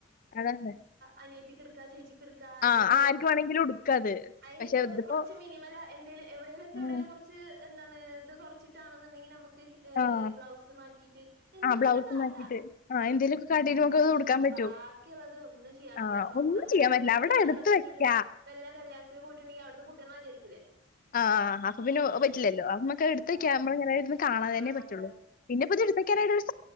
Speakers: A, on the left (about 45°); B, on the right (about 60°).
A: അതാണ്
B: അനിയത്തിക്ക്ട്ക്കാ ചേച്ചിക്ക്ട് <unintelligible>
A: ആഹ്
B: കൊടുക്ക
A: ആർക്ക് വേണെങ്കിലും ഉടുക്കാത്.
B: അയിഞ്ഞിപ്പോ
A: പക്ഷെ ഇതിപ്പോ
B: കൊറച്ച് മിനിമല എന്തേലും എവിടെലും ഒക്കെ
A: ഉം
B: എവിടെലും കൊറച്ച് എന്താണ് ഇത് കൊറച്ചിട്ടാണെന്നുണ്ടെങ്കി നമക്ക്
A: ആഹ്
B: ബ്ലൗസ് മാറ്റിട്ട് എന്തേലൊക്കെ
A: ആഹ് ബ്ലൗസ്
B: കാട്ടാ
A: മാറ്റിയിട്ട് ആഹ് എന്തേലൊക്കെ കാട്ടീട്ട് നമുക്കത്
B: പക്ഷെ
A: ഉടുക്കാൻ പറ്റും.
B: ബാക്കിള്ളത് ഒന്നും ചെയ്യാപറ്റൂല്ല
A: ആഹ്
B: സ്വന്തം
A: ഒന്നും
B: കല്യാണത്തിന്
A: ചെയ്യാൻ പറ്റില്ല.
B: ഇട്ട്ന്ന
A: അവിടെ എടുത്ത്
B: ഡ്രസ്സ്
A: വെക്കാ.
B: ഇട്ടിട്ട് വല്ല കല്യാണത്തിന് പോയിട്ട്ണ്ടെങ്കി അവ്ടത്തെ പുതിയെള്ളാ വിചാരിക്കൂല്ലേ
A: ആ ആ അപ്പൊപിന്നെ അത്പറ്റില്ലല്ലോ അമ്മക്ക എടുത്തൊക്യ
B: അതാ
A: ഞ്ഞമ്മളയിങ്ങനെയിര്ന്ന് കാണാൻ അതന്നെ
B: ആഹ്
A: പറ്റോള്ളൂ
B: അതെ
A: പിന്നെപ്പതിട്ട്ത്തക്കാനായിട്ടൊരു സ്ഥ